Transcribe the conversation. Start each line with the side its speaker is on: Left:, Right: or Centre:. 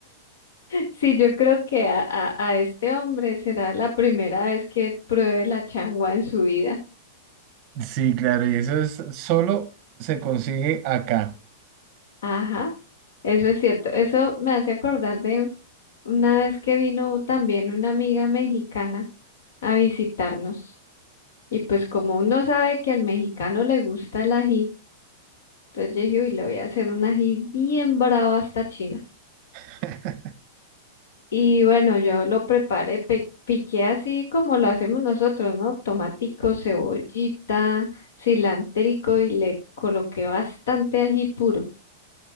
Left: Sí, yo creo que a, a, a este hombre será la primera vez que pruebe la changua en su vida.
Right: Sí, claro, y eso es solo se consigue acá.
Left: Ajá, eso es cierto. Eso me hace acordar de una vez que vino también una amiga mexicana a visitarnos. Y pues como uno sabe que al mexicano le gusta el ají, entonces yo dije, uy, le voy a hacer un ají bien bravo hasta China.
Right: <laughs>
Left: Y bueno, yo lo preparé, pe- piqué así como lo hacemos nosotros, ¿no? Tomatico, cebollita, cilantrico y le coloqué bastante ají puro.